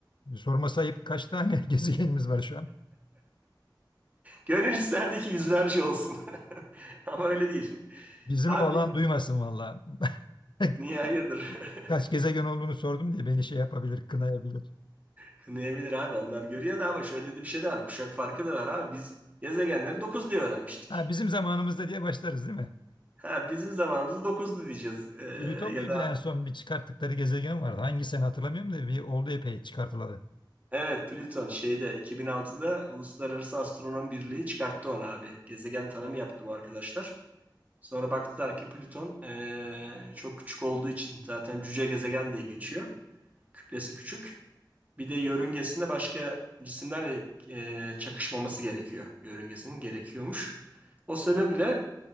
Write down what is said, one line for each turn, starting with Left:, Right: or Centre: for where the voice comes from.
Left: Sorma sayıp kaç tane <laughs> gezegenimiz var şu an?
Right: Gönül isterdi ki yüzlerce olsun. <laughs> Ama öyle değil.
Left: Bizim
Right: Abi
Left: oğlan duymasın valla. <laughs>
Right: niye hayırdır? <laughs>
Left: Kaç gezegen olduğunu sordum diye beni şey yapabilir, kınayabilir.
Right: Kınayabilir abi onlar görüyor da ama şöyle de bir şey de var. Kuşak farkı da var abi. Biz gezegenleri 9 diye öğrenmiştik.
Left: Ha, bizim zamanımızda diye başlarız değil mi?
Right: Ha, bizim zamanımızda 9'du diyeceğiz. Ee,
Left: Plüton
Right: ya
Left: muydu
Right: da
Left: en son bir çıkarttıkları gezegen vardı. Hangi sene hatırlamıyorum da bir oldu epey çıkartıladı.
Right: evet Plüton şeyde 2006'da Uluslararası Astronom Birliği çıkarttı onu abi. Gezegen tanımı yaptı bu arkadaşlar. Sonra baktılar ki Plüton ee, çok küçük olduğu için zaten cüce gezegen diye geçiyor. kütlesi küçük. Bir de yörüngesinde başka cisimlerle e, çakışmaması gerekiyor. Yörüngesinin gerekiyormuş. O sebeple